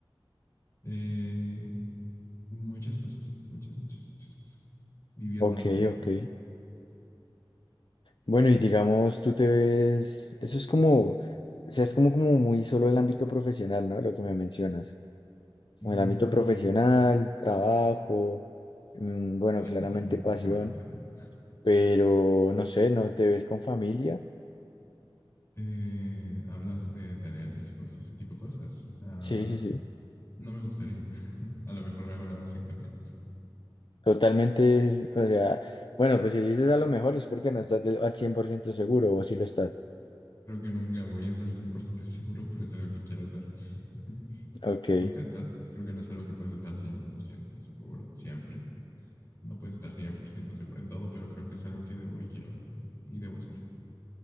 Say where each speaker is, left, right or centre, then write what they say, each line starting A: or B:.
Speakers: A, on the left; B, on the left.
A: Eh, muchas cosas, muchas, muchas, muchas cosas. Vivir
B: ok,
A: no... no-
B: ok. Bueno, y digamos, tú te ves, eso es como, o sea, es como, como muy solo el ámbito profesional, ¿no? Lo que me mencionas.
A: mm,
B: como el ámbito profesional, trabajo, mm, bueno,
A: sí,
B: claramente
A: ¿qué más,
B: pasión,
A: qué más queda?
B: pero no sé, ¿no te ves con familia?
A: Eh, hablas de tener hijos y ese tipo de cosas. Ah,
B: Sí, sí, sí,
A: no me gustaría. A lo mejor me hago la vasectomía.
B: totalmente, es- o sea, bueno, pues si dices a lo mejor es porque no estás del- al 100% seguro o si lo estás.
A: Creo que nunca voy a estar 100% seguro, pero es algo que quiero hacer. Ok.
B: Ok,
A: Nunca estás, creo que no es algo que puedes estar 100% seguro, siempre. No puedes estar 100% seguro en todo, pero creo que es algo que debo y quiero y debo hacer.